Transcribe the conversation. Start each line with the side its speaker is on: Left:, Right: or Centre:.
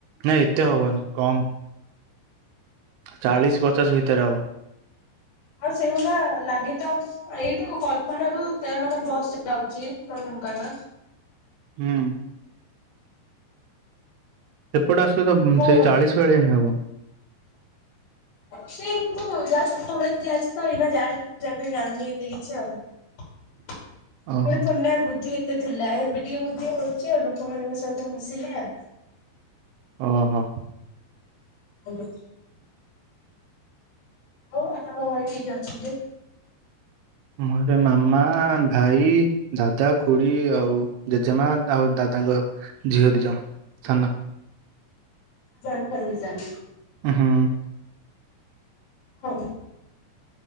Right: ନାଇଁ ଏତେ ହବନି କମ୍ ଚାଳିଶି ପଚାଶ ଭିତରେ ହବ।
Left: ଆଉ ସେଇଭଳିଆ ଲାଗେ ତ ଆଉ। ଏଇଠୁ କଳ୍ପନା ରୁ ତେର ନମ୍ବର ବସ୍ ଯାଉଛି ନନ୍ଦନ କାନନ।
Right: ହୁଁ। ସେପଟେ ଆସିଲେ ତ
Left: ଆମ
Right: ସେଇ
Left: ଘର
Right: ଚାଳିଶ ଭଳିଆ ହିଁ ହବ।
Left: ସେଇ ମୁଁ ଯାହା ଛୁଟ ବେଳେ ଯାଇଛି ତ ଏଇନା ଯାଇନି ଜାଣିନି ଏତେ କିଛି ଆଉ। ପୁଣି
Right: ଓହୋ
Left: ଥୁଡିନା ବୁଦ୍ଧି ଏତେ ଥିଲା ଏବେ ଟିକେ ବୁଦ୍ଧି ହଉଛି ଆଉ। ଲୋକମାନଙ୍କ ସହିତ ମିଶିଲେ ଆଉ।
Right: ଓହୋ।
Left: ଆଜ୍ଞା। ଆଉ ଆପଣଙ୍କ ଘରେ କିଏ କିଏ ଅଛନ୍ତି?
Right: ମୋର ଗୋଟେ ମାମା ଭାଇ। ଦାଦା ଖୁଡି ଆଉ ଜେଜେମା ତା ଆଉ ଦାଦାଙ୍କ ଝିଅ ଦି ଜଣ ସାନ।
Left: ଜଏଣ୍ଟ ଫ୍ୟାମିଲି ତାହେଲେ।
Right: ଉଁ ହୁଁ।
Left: ହଉ।